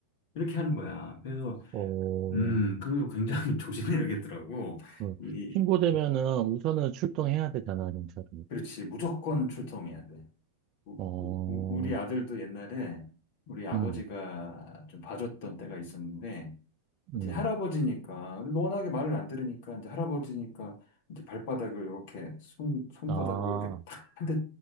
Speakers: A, on the left; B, on the right.
A: 이렇게 하는 거야. 그래서
B: 어,
A: 음, 그리고 굉장히 <laughs> 조심해야겠더라고.
B: 그
A: 이,
B: 신고되면은 우선은 출동해야 되잖아, 경찰로.
A: 그렇지. 무조건 출동해야 돼. 우,
B: 어,
A: 우, 우리 아들도 옛날에 우리 아버지가
B: 음,
A: 좀 봐줬던 때가 있었는데 이제
B: 음.
A: 할아버지니까 워낙에 말을 안 들으니까 이제 할아버지니까 이제 발바닥을 이렇게 손 손바닥으로
B: 아.
A: 이렇게 탁 한 대